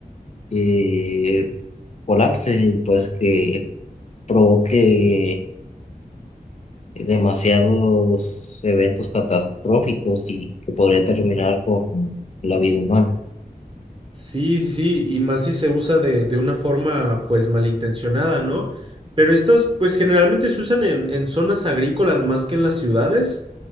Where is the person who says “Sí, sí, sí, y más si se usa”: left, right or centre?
Right